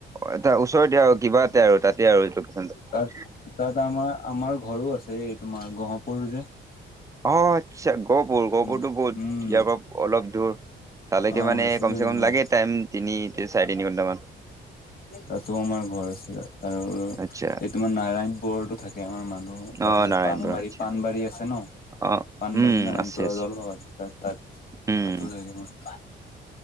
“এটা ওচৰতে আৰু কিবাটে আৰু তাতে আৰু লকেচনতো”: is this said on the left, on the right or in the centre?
Right